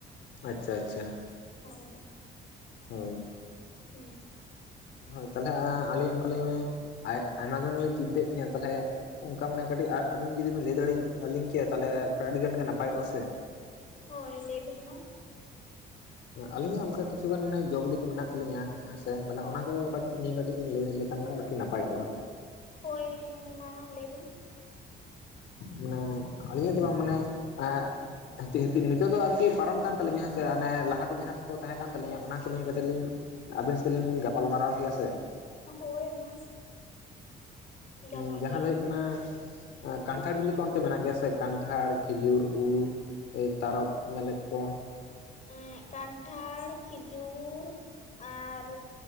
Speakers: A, on the left (about 80°); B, on the left (about 40°).
A: ᱟᱪᱪᱷᱟ ᱟᱪᱪᱷᱟ᱾
B: ᱦᱳᱭ᱾
A: ᱦᱳᱭ᱾
B: ᱦᱩᱸ᱾
A: ᱦᱳᱭ ᱛᱟᱦᱚᱞᱮᱻ ᱟᱹᱞᱤᱧ ᱚᱱᱠᱟ ᱞᱤᱧ ᱟᱭᱢᱟ ᱜᱟᱱ ᱜᱤᱞᱤᱧ ᱪᱤᱱᱛᱟᱹ ᱭᱮᱫ ᱛᱟᱦᱮᱸᱱᱟ ᱛᱟᱦᱚᱞᱮ ᱚᱱᱠᱟ ᱢᱟᱱᱮ ᱠᱟᱹᱴᱤᱡ ᱟᱹ ᱟᱵᱤᱱ ᱡᱩᱫᱤ ᱵᱤᱱ ᱞᱟᱹᱭ ᱫᱟᱲᱮ ᱟᱹᱞᱤᱧ ᱠᱮᱭᱟ ᱛᱟᱦᱚᱞᱮ ᱟᱹᱰᱤ ᱜᱟᱱ ᱜᱮ ᱱᱟᱯᱟᱭ ᱠᱚᱜᱼᱟ ᱥᱮ᱾
B: ᱦᱳᱭ ᱞᱟᱹᱭᱵᱮᱱ ᱢᱟ
A: ᱟᱹᱞᱤᱧᱟᱜ ᱚᱱᱠᱟ ᱠᱤᱪᱷᱩᱜᱟᱱ ᱡᱚ ᱵᱤᱞᱤ ᱠᱚ ᱢᱮᱱᱟᱜ ᱛᱟᱹᱧᱟ ᱦᱮᱸ ᱥᱮ, ᱛᱟᱦᱚᱞᱮ
B: ᱦᱳᱭ
A: ᱚᱱᱟ ᱠᱚ ᱠᱟᱹᱴᱼᱼ ᱱᱤᱭᱟᱹ ᱠᱟᱴᱤᱡ ᱵᱤᱱ ᱞᱟᱹᱭ ᱞᱮᱠᱷᱟᱱ ᱟᱨᱠᱤ ᱱᱟᱯᱟᱭ ᱠᱚᱜ-ᱟ᱾
B: ᱦᱳᱭᱻ ᱢᱟ ᱞᱟᱹᱭᱵᱤᱱ᱾
A: ᱢᱟᱱᱮ ᱟᱹᱞᱤᱧᱟᱜ ᱫᱚ ᱵᱟᱝ ᱢᱟᱱᱮ ᱮᱜ ᱱᱤᱛᱚᱜ ᱫᱚ ᱟᱨᱠᱤ ᱯᱟᱨᱚᱢ ᱠᱟᱱ ᱛᱟᱹᱞᱤᱧᱟ ᱦᱮᱸ ᱥᱮ ᱚᱱᱮ ᱞᱟᱦᱟᱛᱮ ᱡᱟᱦᱟᱸ ᱛᱮᱠᱚ ᱛᱟᱦᱮᱸ ᱠᱟᱱ ᱛᱟᱹᱞᱤᱧᱟ ᱚᱱᱟ ᱱᱤᱭᱮ ᱠᱟᱹᱴᱤᱡ ᱞᱤᱧ ᱟᱹᱵᱤᱱ ᱥᱮᱫ ᱞᱤᱧ ᱜᱟᱯᱟᱞᱢᱟᱨᱟᱣ ᱠᱮᱭᱟ ᱥᱮ᱾
B: ᱦᱳᱭ ᱢᱟ᱾ ᱜᱟᱱᱚᱜ
A: ᱩᱸ ᱡᱟᱦᱟᱸ
B: ᱜᱮᱭᱟ
A: ᱫᱚ ᱦᱳᱭᱳᱜ ᱠᱟᱱᱟ, ᱠᱟᱱᱴᱷᱟᱲ ᱵᱤᱞᱤ ᱠᱚ ᱚᱱᱛᱮ ᱢᱮᱱᱟᱜ ᱜᱮᱭᱟ ᱥᱮ? ᱠᱟᱱᱴᱷᱟᱲ, ᱠᱷᱤᱡᱩᱨ, ᱩᱞ, ᱮᱭ ᱛᱟᱨᱚᱚᱵ, ᱢᱮᱱᱞᱮᱫ ᱠᱚ᱾
B: ᱮᱸᱜ ᱠᱟᱱᱴᱷᱟᱲ, ᱠᱷᱤᱡᱩᱨ ᱟᱨᱻ